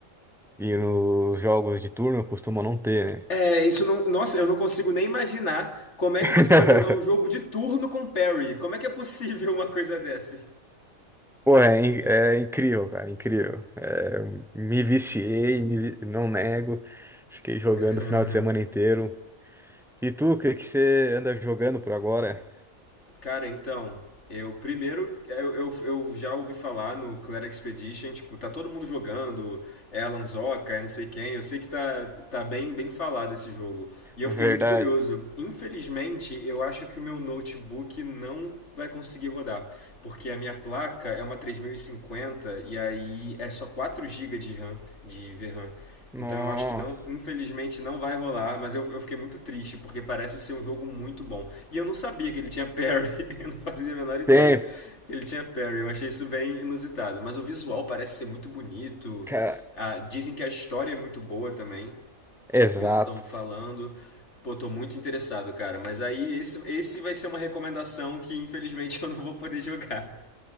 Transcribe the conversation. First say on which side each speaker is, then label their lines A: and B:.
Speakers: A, in the centre; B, on the left.
A: E nos jogos de turno costuma não ter, né?
B: É, isso não. Nossa, eu não consigo nem imaginar como é
A: <laughs>
B: que você vai jogar um jogo de turno com parry. Como é que é possível uma coisa dessa?
A: Pô, é, in- é incrível, cara, incrível. É, me viciei, me vi- não nego. Fiquei jogando
B: <laughs>
A: o final de semana inteiro. E tu, o que que você anda jogando por agora?
B: Cara, então, eu primeiro eu, eu, eu já ouvi falar no Clair Expedition, tipo, tá todo mundo jogando, é Alan Zoka, é não sei quem, eu sei que tá, tá bem, bem falado esse jogo. E eu
A: Verdade.
B: fiquei muito curioso. Infelizmente, eu acho que o meu notebook não vai conseguir rodar, porque a minha placa é uma três mil e cinquenta e aí é só 4 gigas de RAM, de VRAM.
A: Nossa.
B: Então eu acho que não, infelizmente não vai rolar, mas eu, eu fiquei muito triste, porque parece ser um jogo muito bom. E eu não sabia que ele tinha parry, <laughs> eu não fazia a menor ideia.
A: Tem,
B: que Ele tinha parry, eu achei isso bem inusitado. Mas o visual parece ser muito bonito.
A: cara.
B: Ah, dizem que a história é muito boa também,
A: Exato.
B: pelo que estão falando. Pô, tô muito interessado, cara. Mas aí esse, esse vai ser uma recomendação que infelizmente <laughs> eu não vou poder jogar.